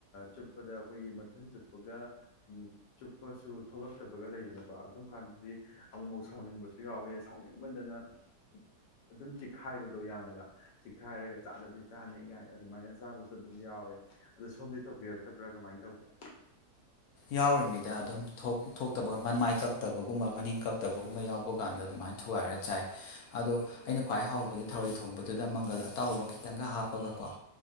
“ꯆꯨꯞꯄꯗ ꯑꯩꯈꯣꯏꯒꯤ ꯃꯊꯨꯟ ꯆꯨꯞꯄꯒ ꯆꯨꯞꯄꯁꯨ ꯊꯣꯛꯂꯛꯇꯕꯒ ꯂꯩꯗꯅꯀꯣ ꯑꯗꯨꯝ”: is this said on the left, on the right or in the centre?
Left